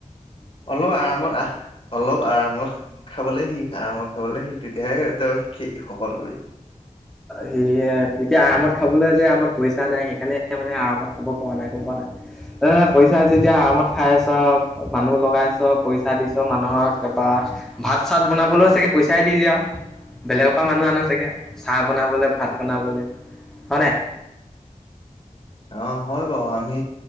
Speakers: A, on the left; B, in the centre.
A: অলপ আৰামত আহ অলপ আৰামত খাবলে সি আৰামত খাবলে শিখ তেতিয়াহে তই শি শকত হয়।
B: হেয়ে এতিয়া আৰামত খাবলৈ যে আমাৰ পইচা নাই সেইকাৰণে মানে আৰামত খাব পৰা নাই গম পোৱা নাই। ত‌ই পইচা যেতিয়া আৰামত খাই আছ মানুহ লগাইছ পইচা দিছ মানুহক তাৰপৰা ভাত চাত বনাবলৈও চাগে পইচাই দি দিয়, আৰু বেলেগৰ পৰা মানুহ আন চাগে। চাহ বনাবলৈ ভাত বনাবলৈ হয় নাই?
A: অঁ হয় বাও আমি